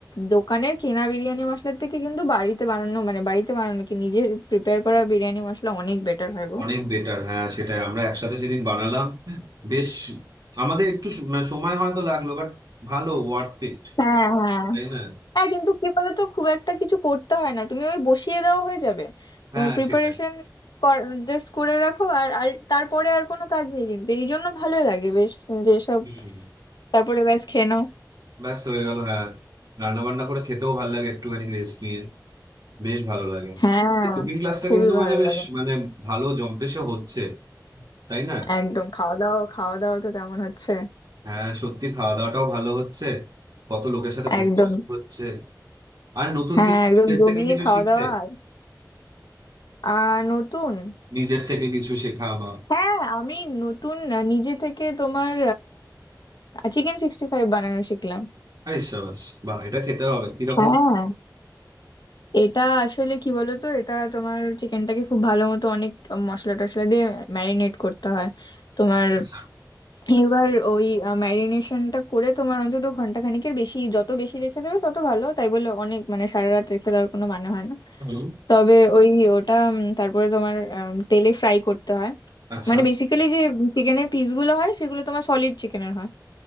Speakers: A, on the left; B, on the right.
A: দোকানের কেনা বিরিয়ানি মশলার থেকে কিন্তু বাড়িতে বানানো মানে বাড়িতে বানানো কি নিজের প্রিপেয়ার করা বিরিয়ানি মশলা অনেক বেটার হয় গো
B: অনেক বেটার হ্যাঁ সেটাই আমরা একসাথে সেদিন বানালাম বেশ আমাদের একটু স- মানে সময় হয়তো লাগলো বাট ভালো ওয়ার্থ ইট
A: হ্যাঁ হ্যাঁ
B: তাই না
A: হ্যাঁ কিন্তু কি বলতো খুব একটা কিছু করতে হয় না তুমি ওই বসিয়ে দেওয়া হয়ে যাবে তোমার
B: হ্যাঁ
A: প্রিপারেশন
B: সেটাই
A: জাস্ট করে রাখো আর আর তারপরে আর কোনো কাজ নেই কিন্তু এই জন্য ভালো লাগে বেশ যেসব
B: হুম।
A: তারপরে ব্যাস খেয়ে নাও
B: ব্যাস হয়ে গেল হ্যাঁ রান্না বান্না করে খেতেও ভালো লাগে একটুখানি রেস্ট নিয়ে বেশ ভালো লাগে
A: হ্যাঁ
B: কুকিং ক্লাসটা
A: খুবই
B: কিন্তু
A: ভালো
B: মানে বেশ
A: লাগে
B: মানে ভালো জম্পেশে হচ্ছে তাই না
A: একদম খাওয়া দাওয়া খাওয়া দাওয়া তো তেমন হচ্ছে
B: হ্যাঁ সত্যি খাওয়া দাওয়াটাও ভালো হচ্ছে কত লোকের সাথে পরিচয়
A: একদম
B: হচ্ছে আর নতুন
A: হ্যাঁ
B: কিছু
A: একদম
B: নিজের
A: জমিয়ে
B: থেকে কিছু
A: খাওয়া
B: শিখলে
A: দাওয়া আর আহ, নতুন
B: নিজের থেকে কিছু শেখা আমার
A: হ্যাঁ আমি নতুন আহ, নিজে থেকে তোমার চিকেন সিক্সটি ফাইভ বানানো শিখলাম
B: আরে সাবাস বাহ এটা খেতে হবে কিরকম
A: হ্যাঁ এটা আসলে কি বলতো এটা তোমার চিকেনটাকে খুব ভালো মতো অনেক মশলা টশলা দিয়ে ম্যারিনেট করতে হয় তোমার
B: আচ্ছা
A: এবার ওই ম্যারিনেশনটা করে তোমার অন্তত ঘন্টা খানিকের বেশি যত বেশি রেখে দেবে তত ভালো তাই বলে অনেক মানে সারা রাত রেখে দেওয়ার কোনো মানে হয় না
B: হুম,
A: তবে ওই ওটা উম, তারপরে তোমার আম, তেলে ফ্রাই করতে হয়
B: আচ্ছা
A: মানে বেসিক্যালি যে চিকেনের পিসগুলো হয় সেগুলো তোমার সলিড চিকেনের হয়